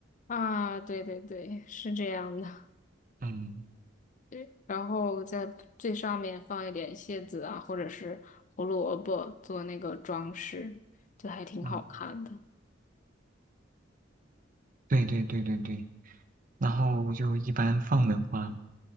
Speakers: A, on the left; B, on the right.
A: 啊，对对对，是这样的。
B: 嗯
A: <laughs> 对，然后在最上面放一点蟹子啊，或者是胡萝卜做那个装饰，就还挺好看的。
B: 嗯，对对对对对，然后我就一般放的话，